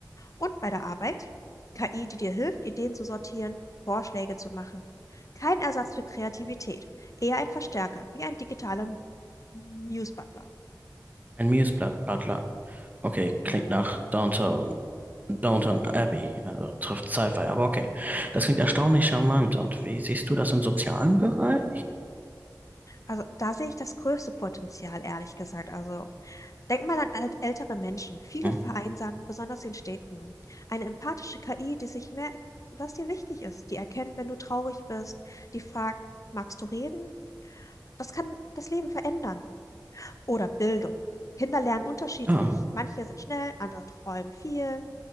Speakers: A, on the left (about 50°); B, on the right (about 25°).
A: Und bei der Arbeit? KI, die dir hilft, Ideen zu sortieren, Vorschläge zu machen. Kein Ersatz für Kreativität, eher ein Verstärker, wie ein digitaler Muse Butler.
B: Ein Miesblatt Butler. Okay, klingt nach Downtown. Downton Abbey, also trifft Sci-Fi, aber okay. Das klingt erstaunlich charmant. Und wie siehst du das im sozialen Bereich?
A: Also da sehe ich das größte Potenzial, ehrlich gesagt. Also denk mal an alt ältere Menschen. Viele
B: Hm.
A: vereinsamen, besonders in Städten. Eine empathische KI, die sich merkt, was dir wichtig ist, die erkennt, wenn du traurig bist, die fragt, magst du reden? Das kann das Leben verändern. Oder Bildung. Kinder lernen unterschiedlich.
B: Ja.
A: Manche sind schnell, andere träumen viel.